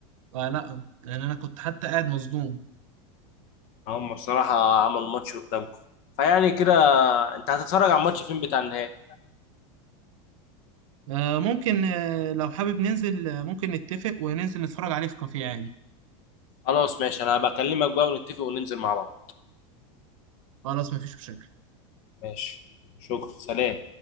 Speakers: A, on the right; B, on the left.
A: آه لا لان انا كنت حتى قاعد مصدوم
B: هم بصراحة عملوا ماتش قدامكم فيعني كده انت هتتفرج على الماتش فين بتاع النهائي
A: آه ممكن آه لو حابب ننزل آه ممكن نتفق وننزل نتفرج عليه في كافيه عادي
B: خلاص ماشي انا بكلمك بقى ونتفق وننزل مع بعض
A: خلاص مفيش مشاكل
B: ماشي شكرا سلام